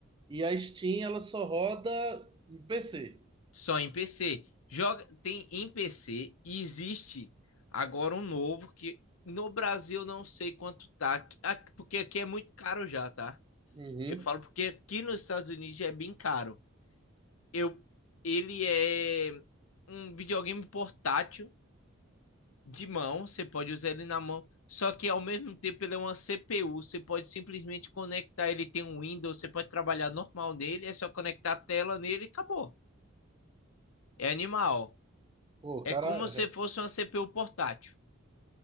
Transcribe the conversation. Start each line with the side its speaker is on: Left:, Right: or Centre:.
Right: E a Steam, ela só roda em PC.
Left: Só em PC. Joga, tem em PC e existe agora um novo que no Brasil não sei quanto tá, porque aqui é muito caro já, tá?
Right: Uhum.
Left: Eu falo porque aqui nos Estados Unidos é bem caro. Eu, ele é um videogame portátil de mão, você pode usar ele na mão, só que ao mesmo tempo ele é uma CPU, você pode simplesmente conectar, ele tem um Windows, você pode trabalhar normal nele, é só conectar a tela nele e acabou. É animal.
Right: Pô,
Left: É
Right: cara...
Left: como se fosse uma CPU portátil.